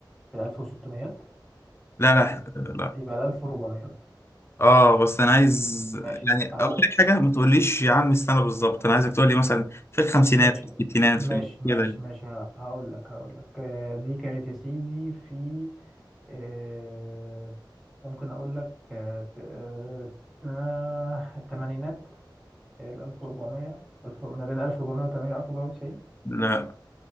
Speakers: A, in the centre; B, on the left.
A: في الألف وستميات
B: لا لا لا
A: يبقى الألف وربعميات
B: اه بس انا عايز
A: ماشي
B: يعني
A: هقول
B: اقول
A: لك
B: لك حاجه ما تقوليش يا عم السنه بالظبط انا عايزك تقول لي مثلا في الخمسينات
A: ماشي
B: في الستينات
A: ماشي
B: في ال-
A: ماشي
B: كده يعني.
A: ماشي ه- هقول لك هقول لك آه دي كانت يا سيدي في آه، ممكن اقول لك آه، ت- آه، آه، الثمانينات ال 1400 ألف- ما بين 1480 و 1490
B: لا